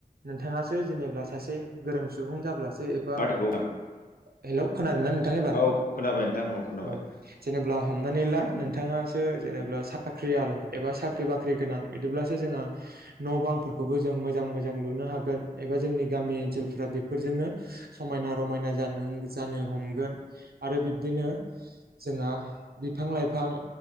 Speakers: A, on the right (about 80°); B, on the left (about 65°).
A: नोंथाङासो जेनेबा सासे गोरों सुबुं जाब्लासो
B: <unintelligible>
A: एबा हेलौ खोनादों ना नोंथां एबार
B: औ खोनाबाय नोंथां खोनाबाय
A: औ जेनेब्ला हमनानै ला नोंथाङा। सो जेनेब्ला साख्रियाल एबा साख्रि बाख्रि गोनां बिदिब्लासो जोंहा न' बांफोरखौबो जों मोजां मोजां लुनो हागोन एबा जोंनि गामि ओनसोलफ्रा बेफोरजोंनो समाय ना रमायना जानो हमगोन आरो बिब्दिनो जोंहा बिफां-लाइफां